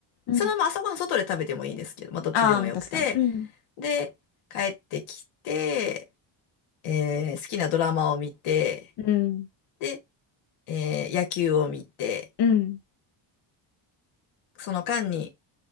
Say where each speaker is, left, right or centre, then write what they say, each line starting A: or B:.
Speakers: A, on the left; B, on the left.
A: うん。
B: そのまま朝ごはん外で食べてもいいですけど、まあどっちでもよくて、
A: ああ、まあ確かに。うん。
B: で、帰ってきて、えー好きなドラマを見て、
A: うん。
B: で、えー野球を見て、
A: うん。
B: その間に、